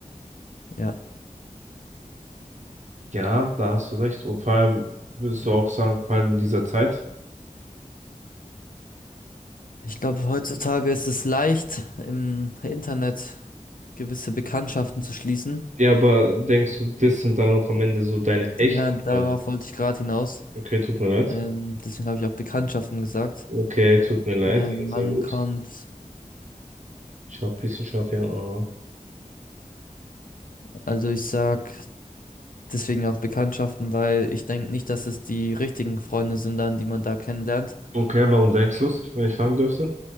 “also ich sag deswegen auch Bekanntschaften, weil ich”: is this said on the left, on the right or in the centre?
Left